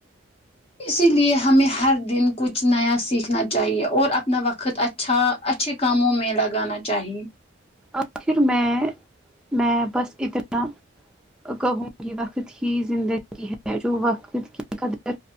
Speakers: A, on the left (about 30°); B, in the centre.
A: اسی لیے ہمیں ہر دن کچھ نیا سیکھنا چاہیے اور اپنا وقت ا چھا اچھے کاموں میں لگانا چاہیے
B: آخر میں میں بس اتنا کہوں گی وقت ہی زندگی ہے جو وقت کی قدر